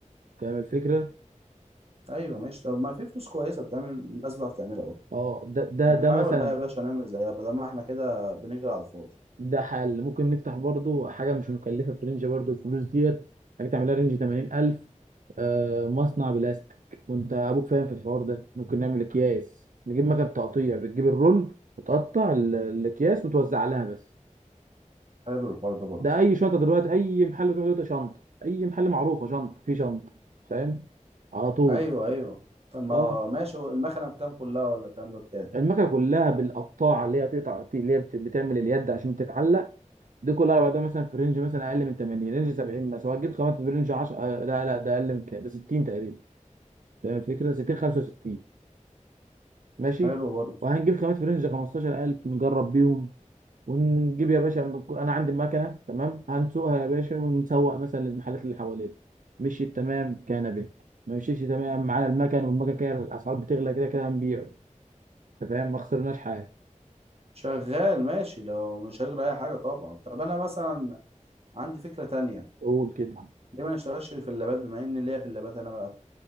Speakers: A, on the right; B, on the right.
A: فاهم الفكرة
B: ايوه ماشي طب ما في فلوس كويسه بتعمل الناس بتعرف تعملها اهو
A: اه ده ده
B: هنحاول
A: ده مثلا
B: بقى يا باشا نعمل زيها بدل ما احنا كده بنجري على الفاضي
A: ده حل ممكن نفتح برضو حاجة مش مكلفة في رينج برضو الفلوس ديت حاجة تعملها رينج 80000 آه مصنع بلاستيك وانت أبوك فاهم في الحوار ده ممكن نعمل أكياس نجيب مكان تقطيع بتجيب الرول وتقطع ال- الأكياس وتوزع لها بس
B: حلو الحوار ده برضه
A: ده أي شنطة دلوقتي أي محل تروح دلوقتي شنطة أي محل معروفة شنطة في شنطة فاهم على طول
B: ايوه ايوه طب ما
A: اه
B: هو ماشي هو المكنه بكام كلها ولا الكلام ده بكام
A: المكنة كلها بالقطاعة اللي هي تقطع اللي هي بت- بتعمل اليد عشان تتعلق دي كلها على بعضها مثلا في رينج مثلا اقل من 80 رينج 70 مثلا هتجيب خامات في رينج 10 آه، لا لا ده اقل من كده ده 60 تقريبا فاهم الفكره 60 65 ماشي
B: حلو برضه
A: وهنجيب خامات في رينج 15000 نجرب بيهم ونجيب يا باشا انا عندي المكنه تمام هنسوقها يا باشا ونسوق مثلا للمحلات اللي حوالينا مشيت تمام كان به ما مشيتش تمام معانا المكن والمكن كده الاسعار بتغلى كده كده هنبيعه انت فاهم ما خسرناش حاجه
B: شغال ماشي لو مش هجري اي حاجه طبعا طب انا مثلا عندي فكره تانية
A: قول كده
B: ليه ما نشتغلش في اللابات بما ان ليا في اللابات انا بقى